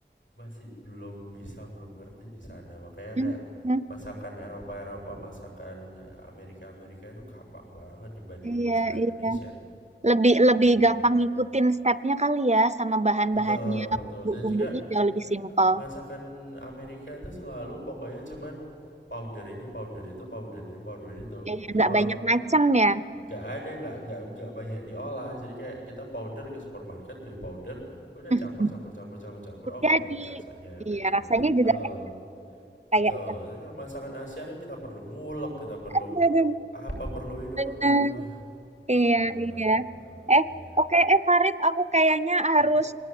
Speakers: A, on the left; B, on the right.
A: masih belum bisa, belum ngerti di sana. Makanya
B: Mm-mm.
A: kayak masakan Eropa-Eropa, masakan Amerika-Amerika itu gampang banget dibandingin
B: Iya,
A: masakan
B: iya.
A: Indonesia.
B: Lebih lebih
A: Heeh.
B: gampang ngikutin stepnya kali ya, sama bahan-bahannya,
A: Betul, betul.
B: bumbu-bumbunya
A: Dan juga
B: jauh lebih simpel.
A: masakan Amerika itu selalu pokoknya cuman powder ini powder itu powder ini powder itu
B: Iya,
A: gitu
B: nggak
A: doang
B: banyak macam ya.
A: nggak ada nggak nggak nggak banyak diolah jadi kayak kita powder ke supermarket beli powder udah
B: <laughs>
A: campur campur campur campur campur oh
B: Jadi,
A: kayak gini rasanya
B: iya
A: kayak gitu
B: rasanya
A: betul
B: juga eh, kayak
A: betul
B: ikan
A: tapi kalau masakan Asia kan kita perlu ngulek kita perlu
B: aja. <laughs>
A: apa perlu ini
B: Bener.
A: perlu itu wah
B: Iya,
A: Heeh,
B: iya.
A: heeh,
B: Eh,
A: iya
B: oke, eh Farid, aku kayaknya harus
A: oke